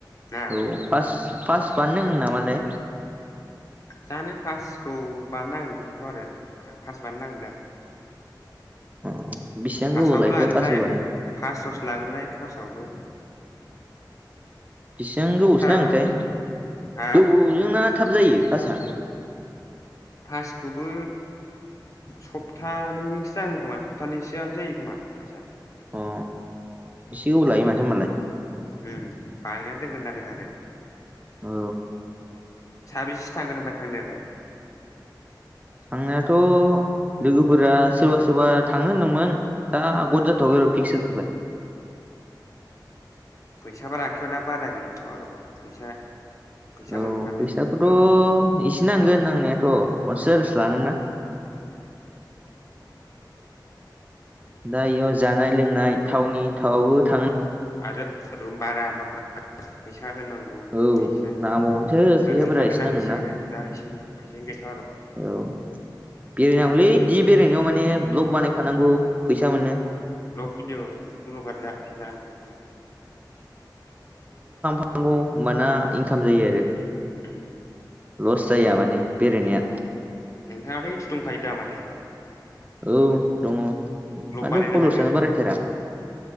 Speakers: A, on the left (about 45°); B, on the right (about 20°).
A: ना
B: औ फास फास बानाय नांगोन नामालै?
A: जानो फासखौ बानाय नांगोनदांथ' आरो फास बानाय नांगोनदां।
B: अ। बेसेबां
A: फास्स्टआवबो
B: गोबाव लायोथाय
A: लागोनलाय
B: पासफोर बानायनो
A: फास सस लागोनलाय फास्सआवबो।
B: बिसिबां गोबावसो नांगोनथाय
A: र' हा
B: गोबावजोंना थाब जायो फासआ।
A: फासिखौबो। सप्तानैजोंसो जागोन खोमा सप्तानैसोआनो जायो खोमा आचसा।
B: अ एसे गोबाव लायो माथो होनबालाय।
A: उम बायाथाखना आरो।
B: औ।
A: साबेसे थांगोन फ्राय थांनायालाय।
B: थांनायाथ'। लोगोफोरा सोरबा सोरबा थाङनो होनदोंमोन दा गद जाथ'वबाय र' फिक्स जाथ'बाय।
A: फैसााब आखायाव दा बारा गैथ' आरो' फैसा। फैसा
B: औ
A: मोनबाथाय
B: फैसाखौथ'
A: होगोन
B: एसे नांगोन नांनायाथ' पन्सास। जांगोनना। दा इयाव जानाय लोंनाय थावनि थावआबो थ।
A: आरो रुम बारा मा फैसा। फोथा होनांगौ
B: औ
A: फैसायानो
B: नांबावगोनसो फैसाफोरा
A: गोगोम थांगोन
B: एसे नांगोन
A: ना फैसायानो दा इसिम फैसायानि गोथां।
B: औ बेरायनांगौलै बि बेरायनायाव माने ब्लक बानायफानांगौ। फैसा मोनो
A: ब्लग भिडिअ' ब्लगार जानांगौ ने।
B: गौ होनबाना इनकाम जायो आरो।
A: उम।
B: लस जाया माने बेरायनाया।
A: नोंथाङााथ' थुदुंखायोदा माथे।
B: औ दङ माथो
A: बानायनो
B: पलिउसानो
A: हागोन
B: बारायथेरा।